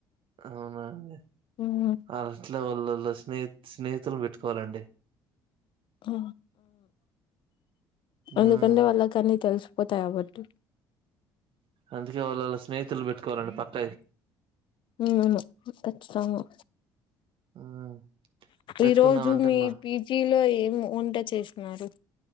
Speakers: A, on the right; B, on the left.
A: అవునాండి
B: అవును
A: ఆ ఇట్లో వల్లోల స్నేహి స్నేహితులు పెట్టుకోలండి
B: ఆ
A: మ్మ్
B: అందుకనే వాళ్ళకి అన్ని తెల్సిపోతాయి కాబట్టి
A: అందుకే వాళ్ళళ స్నేహితులు పెట్టుకోలండి పక్క
B: ఉ కచ్చితంగా
A: మ్మ్ పెట్టుకున్నామంటే
B: ఈ రోజు మీ
A: మా
B: పీజీలో ఏమి వంట చేసినారు